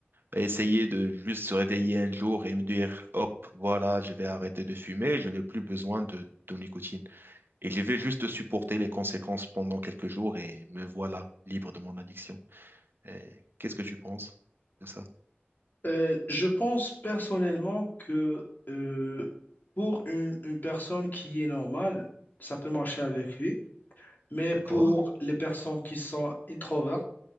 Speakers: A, on the right; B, on the left.
A: Essayer de juste se réveiller un jour et me dire, hop, voilà, je vais arrêter de fumer, je n'ai plus besoin de, de nicotine. Et je vais juste supporter les conséquences pendant quelques jours et me voilà libre de mon addiction. Et Qu'est-ce que tu penses de ça?
B: Euh, je pense personnellement que euh, pour une, une personne qui est normale, ça peut marcher avec lui, mais
A: D'accord?
B: pour les personnes qui sont introvertes,